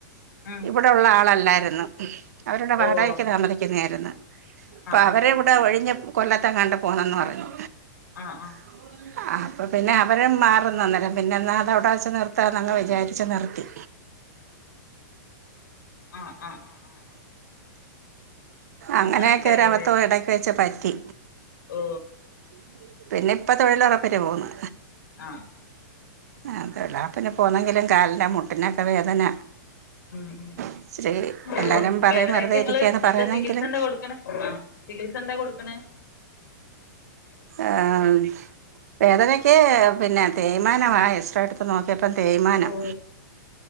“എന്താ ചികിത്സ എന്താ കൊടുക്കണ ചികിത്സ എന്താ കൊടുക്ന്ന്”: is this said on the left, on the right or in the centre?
Left